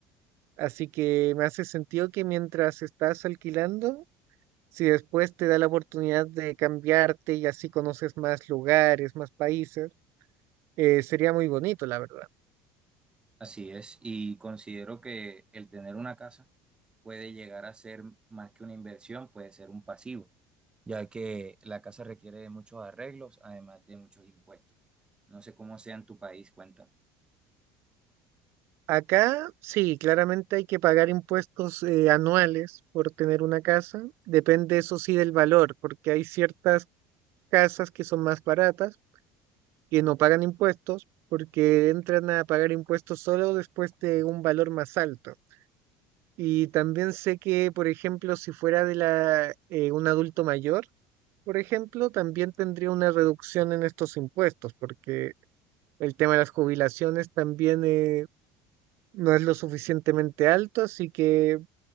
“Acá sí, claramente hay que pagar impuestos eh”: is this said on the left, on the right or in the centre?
Right